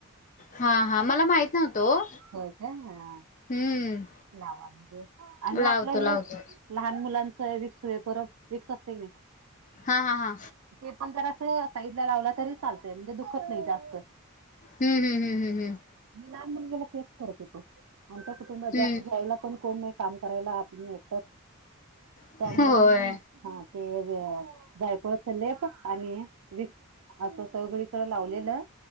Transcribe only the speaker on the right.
हो काय? आंऽ
लावा म्हणजे, आणि
आपलं
हेऽ. लहान मुलांचं विक्स वेपोरब विक्स असतय क नाहीऽ.
ते पण जर असं साईडला लावलं तरी चालतय, म्हणजे दुखत नाही जास्त.
मी लहान मुलगीला तेच करत होतो, आमचा कुटुंबात
जास्तऽ. त्याला पण कोण नाही काम करायला, आपण ऐकच
त्यामुळे
मी हां. ते जायपळचा लेप आणि व. असं सगळीकड लावलेलं,